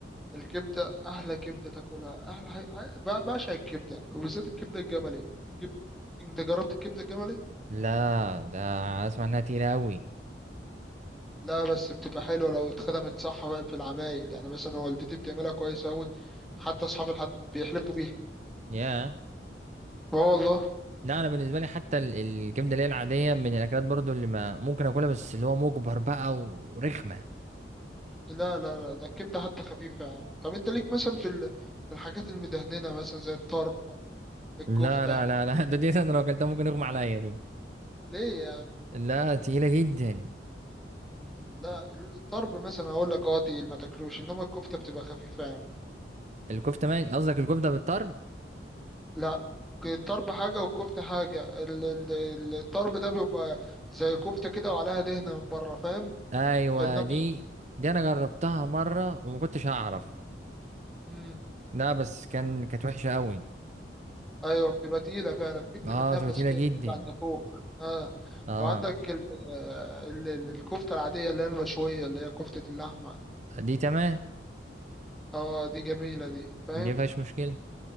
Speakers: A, in the centre; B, on the right.
A: الكبدة أحلى كبدة تاكلها أحلى حاجة ب- بعشق الكبدة وبالذات الكبدة الجملي الكب- أنت جربت الكبدة الجملي؟
B: لا ده اسمع انها تقيلة قوي
A: لا بس بتبقى حلوة لو اتخدمت صح في العمايل يعني مثلا والدتي بتعملها كويس أوي حتى أصحاب الحد بيحلفوا بيها
B: يا
A: اه والله
B: لا انا بالنسبة لي حتى ال الكبدة اللي هي العادية من الاكلات برضو اللي ما ممكن اكلها بس اللي هو مجبر بقى ورخمة
A: لا لا لا ده الكبدة حتى خفيفة يا عم طب أنت ليك مثلا في ال- في الحاجات المدهننة مثلا زي الطرب الكفتة
B: لا لا لا لا <laughs> ده دي انا لو اكلتها ممكن اغمى عليا دي
A: ليه يا عم
B: لا تقيلة جدا
A: مم، لا الطرب مثلا أقول لك اه دي ما تاكلوش إنما الكفتة بتبقى خفيفة يا عم
B: الكفته ماشي قصدك الكفته بالطرب
A: لا الطرب حاجة والكفتة حاجة ال- ال- ال- الطرب ده بيبقى زي كفتة كده وعليها دهنة من بره فاهم
B: ايوه
A: إنما
B: دي دي انا جربتها مره وما كنتش هعرف
A: مم.
B: لا بس كان كانت وحشه قوي
A: ايوه بتبقى تقيله فعلا بتكتم
B: اه
A: النفس
B: توتيله
A: كده
B: جدا
A: بتطلع عند فوق اه
B: اه
A: وعندك ال آه، ال ال- الكفته العاديه اللي هي المشويه اللي هي كفته اللحمه
B: دي تمام
A: اه دي جميله دي فاهم
B: دي مفيهاش مشكله